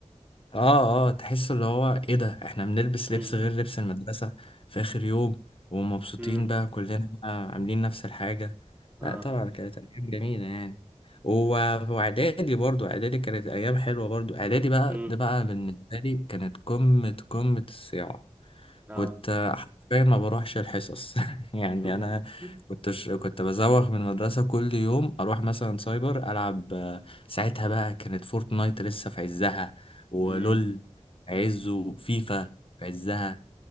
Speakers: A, on the left (about 50°); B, on the right (about 15°).
A: اه اه تحس اللي هو ايه ده احنا بنلبس
B: امم
A: لبس غير لبس المدرسة في اخر يوم ومبسوطين
B: امم
A: بقى كلنا بقى عاملين نفس الحاجة
B: اه
A: لا طبعا كانت ايام جميلة يعني و- واعدادي برضو اعدادي كانت ايام حلوة برضو اعدادي بقى
B: امم
A: ده بقى بالنسبة لي كانت قمة قمة الصياعة
B: اه
A: كنت حرفيا ما بروحش الحصص <laughs> يعني
B: <laughs>
A: انا كنت ش... كنت بزوغ من المدرسه كل يوم اروح مثلا سايبر العب آه، ساعتها بقى كانت فورتنايت لسه في عزها ولول
B: امم امم
A: في عزه وفيفا في عزها